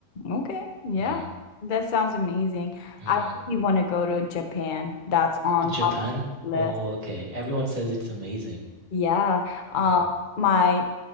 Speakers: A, on the left (about 45°); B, on the right (about 30°).
A: Okay, yeah.
B: Mm,
A: That sounds amazing.
B: mm.
A: I really want to go to Japan. That's on
B: Japan?
A: top of the list.
B: Oh, okay. Everyone says it's amazing.
A: Yeah. Um,
B: Mm,
A: my